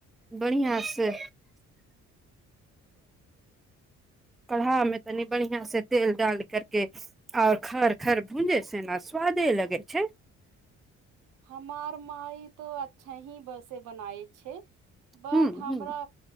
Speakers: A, in the centre; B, on the right.
A: बढ़िआँ से काढ़ामे तनि बढ़िआँसँ तेल डालि करि कऽ आओर खर खर भूँजै छै ने स्वादे लगै छै
B: हमार माइ तो अचा छ बस बनाय छै बट
A: ह
B: हमरा
A: ह